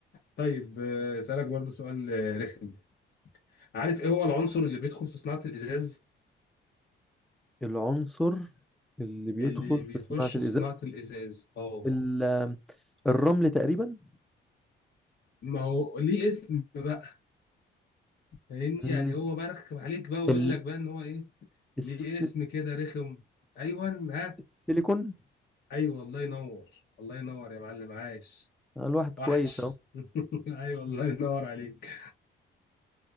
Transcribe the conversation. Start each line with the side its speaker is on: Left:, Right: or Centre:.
Left: طيب آه، اسالك برضو سؤال آه، رخم عارف ايه هو العنصر اللي بيدخل في صناعه الازاز
Centre: العنصر اللي بيدخل
Left: اللي بيخش
Centre: في صناعة الإزاز
Left: في صناعه الازاز اه
Centre: ال- آه، الرمل تقريبا
Left: ما هو ليه اسم بقى فاهمني
Centre: مم،
Left: يعني هو برخم عليك بقى ويقول
Centre: ال-
Left: لك بقى ان هو ايه
Centre: الس-
Left: ليه اسم كده رخم ايوه ها
Centre: السيليكون
Left: ايوه الله ينور الله ينور يا معلم عايش
Centre: آه، الواحد
Left: وحش
Centre: كويس أهو
Left: <laughs> ايوه الله ينور عليك